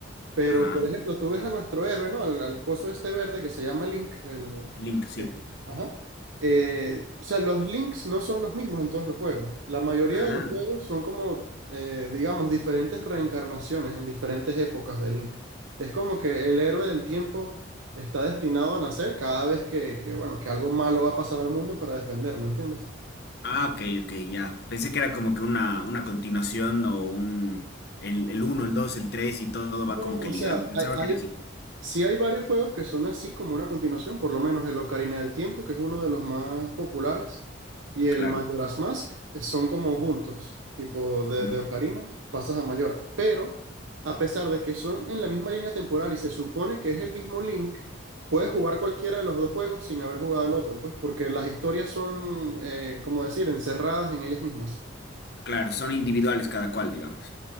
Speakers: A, on the right (about 75°); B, on the left (about 50°).
A: Pero,
B: ajá.
A: por ejemplo, tú ves a nuestro héroe, ¿no? Al, al coso este verde que se llama Link. el-
B: Link, sí.
A: que- ajá. Eh, o sea, los links no son los mismos en todos los juegos. La mayoría
B: Ah.
A: de los juegos son como, eh, digamos, diferentes reencarnaciones en diferentes épocas de Link. Es como que el héroe del tiempo está destinado a nacer cada vez que, que, bueno, que algo malo va a pasar al mundo para defenderlo, ¿entiendes?
B: Ah, ok, ok, ya. Pensé que era como que una, una continuación o un... El, el 1, el 2, el 3 y todo
A: No,
B: va como que
A: o
B: ligado.
A: sea,
B: Pensaba
A: hay, hay,
B: que era así.
A: sí hay varios juegos que son así como una continuación, por lo menos el Ocarina del Tiempo, que es uno de los más populares, y el
B: Claro.
A: Majora's Mask eh, son como juntos, tipo de,
B: Mm,
A: de Ocarina, pasas a Majora. Pero a pesar de que son en la misma línea temporal y se supone que es el mismo Link, puedes jugar cualquiera de los dos juegos sin haber jugado el otro, pues, porque las historias son, eh, como decir, encerradas en ellas mismas.
B: Claro, son individuales cada cual, digamos.